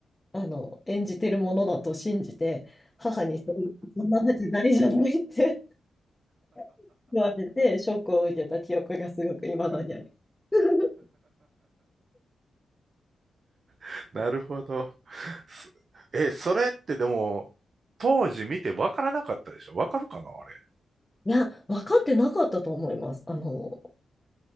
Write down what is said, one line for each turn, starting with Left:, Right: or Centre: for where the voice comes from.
Left: あの、演じてるものだと信じて、母にそんそんなわけないじゃないって <laughs> 言われて、ショックを受けた記憶がすごく未だにある。<laughs>
Right: <laughs> なるほど。すえ、それってでも、当時見てわからなかったでしょわかるかなあれ。
Left: いや、分かってなかったと思います。あの、